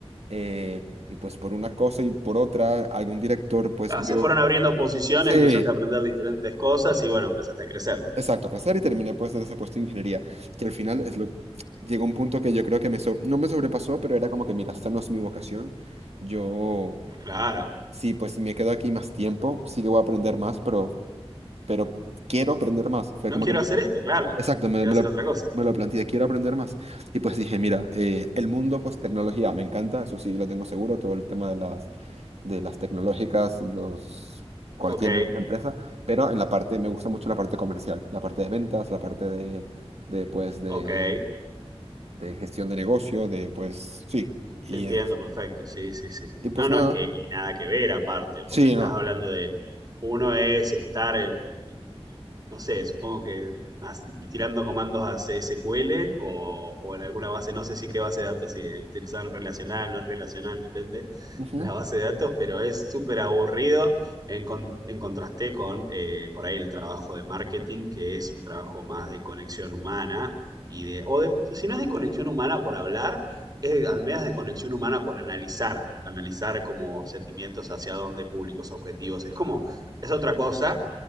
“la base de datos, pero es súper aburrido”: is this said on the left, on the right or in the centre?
Right